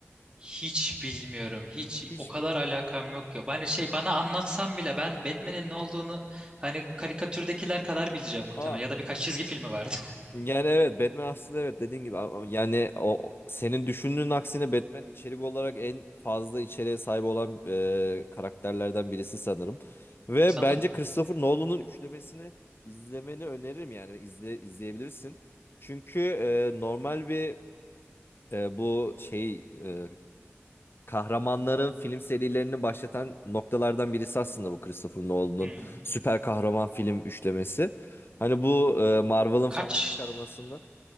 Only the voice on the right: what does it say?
Hiç bilmiyorum. Hiç
o kadar
alakam yok ya. Ben şey bana anlatsam bile ben Batman'in ne olduğunu hani karikatürdekiler kadar bileceğim muhtemelen.
Ya da birkaç çizgi filmi vardı.
<laughs> Sanırım.
Hmm.
Kaç?